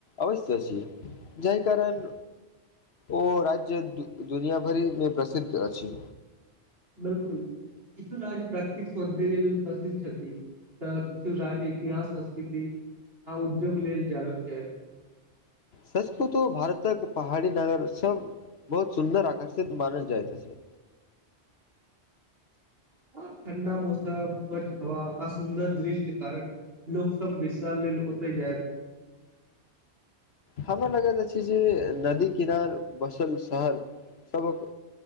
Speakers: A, on the left (about 65°); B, on the right (about 60°).
A: अवश्य छी जाहि कारण ओ राज्य दुनियाभरिमे प्रसिद्ध अछि
B: बिलकुल इतना जे प्राकृतिक सौन्दर्य प्रसित छथि तऽ किछु राज्य इतिहास आ उद्योग लेल जनल जयछय
A: सच कहूँ त भारतक पहाड़ी नगर सब बहुत सुन्दर आकर्षित मानल जात छै
B: <unintelligible> ठण्डा मौसम स्वच्छ हवा आस सुन्दर दृश्य के कारण लोक म विशाल लेल ओते जाय
A: हमरा लगैत अछि जे नदी किनार बसल शहर सबक